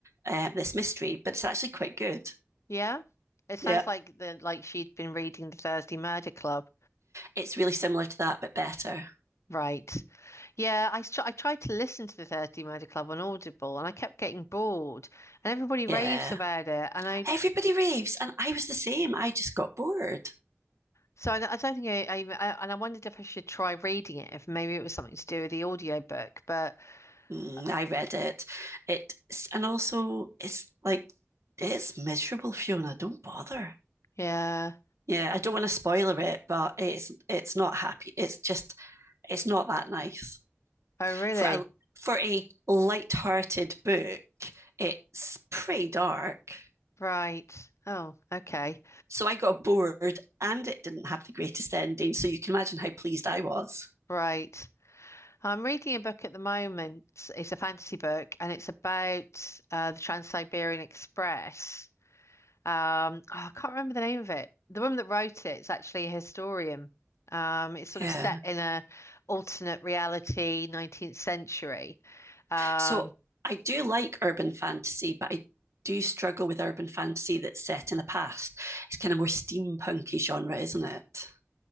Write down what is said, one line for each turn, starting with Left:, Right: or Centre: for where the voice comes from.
Right: uh, this mystery. But it's actually quite good.
Left: Yeah. It sounds
Right: Yeah,
Left: like the like she'd been reading the Thursday Murder Club.
Right: it's really similar to that, but better.
Left: Right. Yeah, I tr I tried to listen to the Thursday Murder Club on Audible and I kept getting bored and everybody
Right: Yeah.
Left: raves about it and I
Right: Everybody raves, and I was the same. I just got bored.
Left: so I, I don't think I, I, even- I and I wondered if I should try reading it if maybe it was something to do with the audiobook but
Right: Mm,
Left: uh,
Right: I read it. It and also it's like it's miserable, Fiona. Don't bother.
Left: yeah.
Right: Yeah, I don't want to spoiler it, but it's it's not happy. It's just it's not that nice
Left: Oh really?
Right: for a for a light-hearted book. It's pretty dark.
Left: Right. Oh, okay.
Right: So I got bored, and it didn't have the greatest ending. So you can imagine how pleased I was.
Left: Right. I'm reading a book at the moment. It's a fantasy book and it's about uh, the Trans-Siberian Express. Um, oh, I can't remember the name of it. The woman that wrote it is actually a historian. Um, it's sort
Right: Yeah.
Left: of set in a alternate reality, 19th century. Um,
Right: So I do like urban fantasy, but I do struggle with urban fantasy that's set in the past. It's kind of more steampunky genre, isn't it?